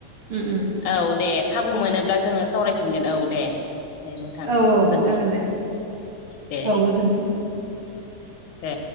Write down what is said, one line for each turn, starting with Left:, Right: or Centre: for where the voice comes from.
Right: उम उम
Left: औ दे खाबु मोनोब्ला जोङो सावरायफिनगोन औ दे दे नोंथां
Right: औ औ
Left: गोजोन्थों
Right: जागोन दे
Left: दे।
Right: औ गोजोन्थों
Left: दे।